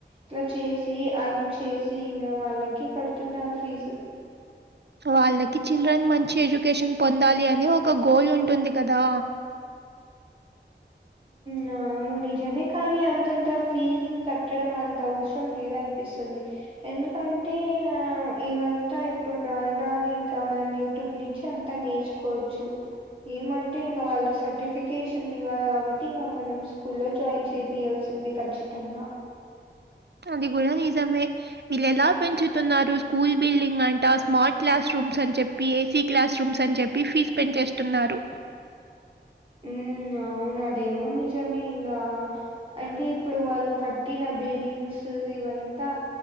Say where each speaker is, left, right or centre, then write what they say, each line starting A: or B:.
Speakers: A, on the right (about 30°); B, on the right (about 65°).
A: ఇలా చేసి యార్న్ చేసి ఇంక వాళ్ళకి కడుతున్నారు ఫీజు
B: వాళ్ళకి చిల్డ్రన్ మంచి ఎడ్యుకేషన్ పొందాలి అని ఒక గోల్ ఉంటుంది కదా
A: నా నువ్వు నిజమే కానీ అంతంత ఫీజు కట్టడం అంత అవసరం లేదు అనిపిస్తుంది ఎందుకంటే ఆ ఇవంత ఇప్పుడు రాను రాను ఇంకా మనం యూ టుడే నుంచి అంతా నేర్చుకోవచ్చు ఏమంటే ఇం వాళ్ళు <unintelligible> ఫికేషన్ ఇవ్వాలి కాబట్టి ఇంగ మనం స్కూల్లో జాయిన్ చేపియాల్సిందే ఖచ్చితంగా
B: అది కూడ నిజమే వీళ్ళు ఎలా పెంచుతున్నారు స్కూల్ బిల్డింగ్ అంటా స్మార్ట్ క్లాస్ రూమ్స్ అని చెప్ ఏసీ క్లాస్ రూమ్స్ అని చెప్పి <unintelligible> పెంచేస్తున్నారు
A: హ్మ్. అవును అదేమో నిజమే ఇంకా అంటే ఇప్పుడు వాళ్ళు కట్టిన బిల్డింగ్స్ ఇవంతా